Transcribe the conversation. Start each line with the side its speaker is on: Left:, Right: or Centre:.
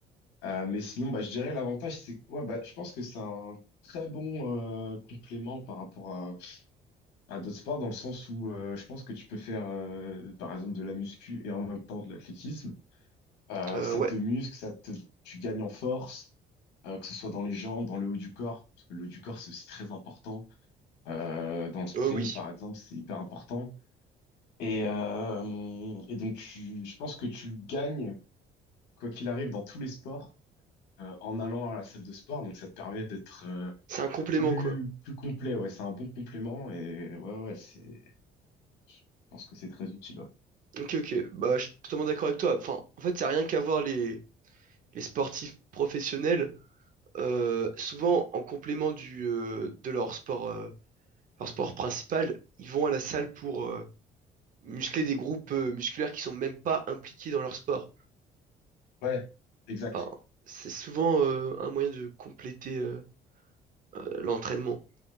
Left: Euh, mais sinon, bah, je dirais l'avantage, c'est quoi? Bah, je pense que c'est un très bon euh, complément par rapport à, à d'autres sports, dans le sens où euh, je pense que tu peux faire, euh, par exemple, de la muscu et en même temps de l'athlétisme. Euh,
Right: Euh,
Left: ça
Right: ouais.
Left: te muscle, ça te, tu gagnes en force, euh, que ce soit dans les jambes, dans le haut du corps, parce que le haut du corps, c'est aussi très important. Euh, dans le sprint,
Right: Oh oui.
Left: par exemple, c'est hyper important. Et, euh, et donc, tu- je pense que tu gagnes, quoi qu'il arrive, dans tous les sports. euh, en allant à la salle de sport. Donc ça te permet d'être euh,
Right: C'est un complément,
Left: plus,
Right: quoi.
Left: plus complet. Ouais, c'est un bon complément et ouais, ouais, c'est, je pense que c'est très utile. Ouais,
Right: Ok, ok. Bah, je suis totalement d'accord avec toi. Enfin, en fait, ça n'a rien qu'à voir les, les sportifs professionnels. Euh, souvent, en complément du, euh, de leur sport, euh, leur sport principal, ils vont à la salle pour euh, muscler des groupes euh, musculaires qui sont même pas impliqués dans leur sport.
Left: Ouais, exact.
Right: Enfin, c'est souvent euh, un moyen de compléter euh, euh, l'entraînement.